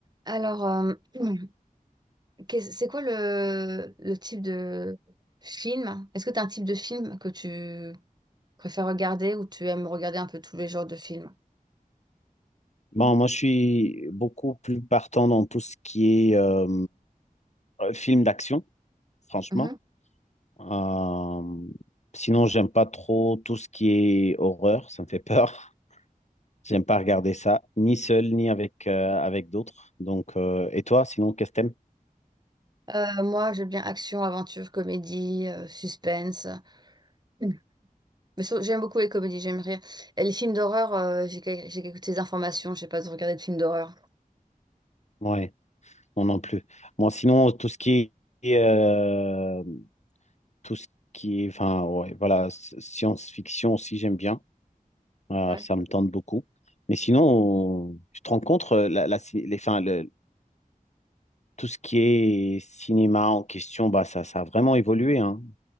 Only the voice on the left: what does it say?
Bon, moi, je suis beaucoup plus partant dans tout ce qui est euh, film d'action, franchement.
Euh, sinon, j'aime pas trop tout ce qui est horreur, ça me fait peur. <laughs> J'aime pas regarder ça, ni seul, ni avec, euh, avec d'autres. Donc, euh, et toi, sinon, qu'est-ce que t'aimes?
Ouais, non, non plus. Moi, sinon, tout ce qui est, euh, tout ce qui est, enfin, ouais, voilà, s- science-fiction aussi, j'aime bien. Euh,
ça me tente beaucoup. Mais sinon, on- je te rencontre euh, la, la cin- les, enfin, le- tout ce qui est cinéma en question, bah, ça, ça a vraiment évolué. hein.